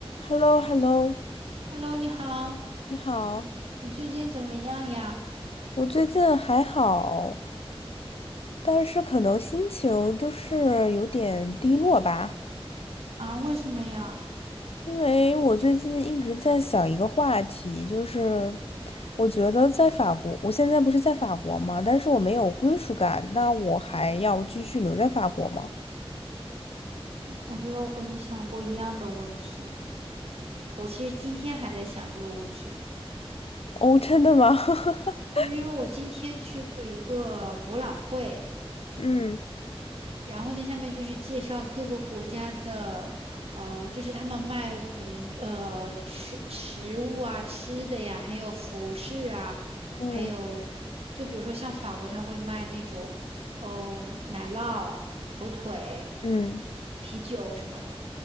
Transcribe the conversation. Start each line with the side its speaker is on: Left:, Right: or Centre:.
Left: h e l l o h e l l o
Right: Hello，你好，
Left: 你好，
Right: 你你最近怎么样呀？
Left: 我最近还好，但是可能心情就是有点低落吧，
Right: 啊，为什么呀？
Left: 因为我最近一直在想一个话题，就是我觉得在法国，我现在不是在法国嘛，但是我没有归属感，那我还要继续留在法国吗？
Right: 我觉得我跟你想过一样的问题，我其实今天还在想这个问题。
Left: 哦，真的吗？<laughs>
Right: 对，因为我今天去了一个博览会，
Left: 嗯
Right: 然后那下面就是介绍各个国家的，呃，就是他们卖文呃吃食物啊、吃的呀，还有服饰啊，
Left: 嗯
Right: 还有就比如说像法国，他会卖那种，嗯、奶酪、火腿、
Left: 嗯
Right: 啤酒什么的。